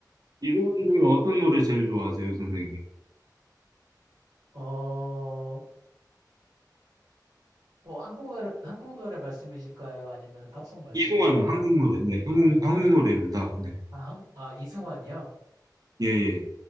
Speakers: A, on the right; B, on the right.
A: 이동환 중에 어떤 노래 제일 좋아하세요, 선생님?
B: 어, 뭐 한국 노래 한국 노래 말씀이실까요? 아니면 팝송 말씀이실까요?
A: 이동환은 한국 노래. 네, 한국 한국 노래입니다. 네.
B: 아, 한- 아, 이승환이요?
A: 예, 예.